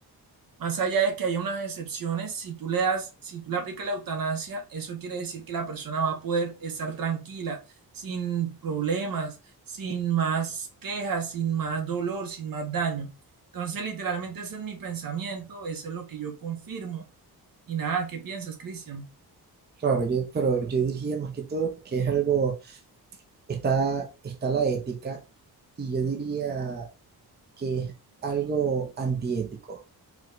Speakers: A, on the right (about 60°); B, on the right (about 25°).
A: Más allá de que haya unas excepciones, si tú le das, si tú le aplicas la eutanasia, eso quiere decir que la persona va a poder estar tranquila, sin problemas, sin más quejas, sin más dolor, sin más daño. Entonces, literalmente ese es mi pensamiento, eso es lo que yo confirmo. Y nada, ¿qué piensas, Cristian?
B: claro, yo, pero yo diría más que todo que es algo, está, está la ética y yo diría que es algo antiético.